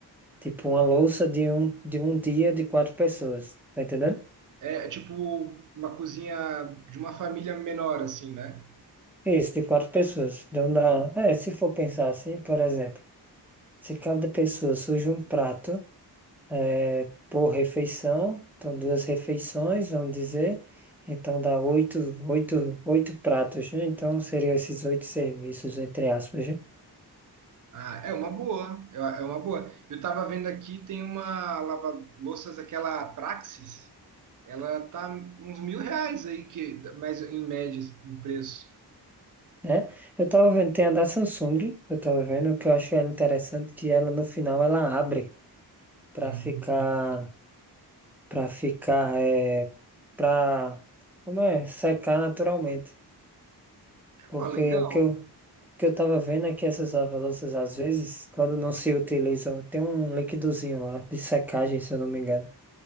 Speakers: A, in the centre; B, on the right.
A: Tipo, uma louça de um, de um dia de quatro pessoas, tá entendendo?
B: É é tipo uma cozinha de uma família menor, assim, né?
A: Isso, de quatro pessoas. Então dá. É, se for pensar assim, por exemplo, se cada pessoa surge um prato é, por refeição, então duas refeições, vamos dizer, então dá oito, oito, oito pratos, né? Então seriam esses oito serviços, entre aspas, né?
B: Ah, é uma boa, é é uma boa. Eu tava vendo aqui, tem uma lava-louças, aquela Praxis, ela tá uns mil reais aí, que, mas em média, em preço.
A: Né? Eu tava vendo, tem a da Samsung, eu tava vendo, que eu acho ela interessante, que ela no final ela abre para
B: Hum.
A: ficar, para ficar, é, para, como é, secar naturalmente. Porque
B: Ó, legal.
A: o que eu, o que eu tava vendo é que essas lava-louças, às vezes, quando não se utilizam, tem um liquidozinho lá de secagem, se eu não me engano,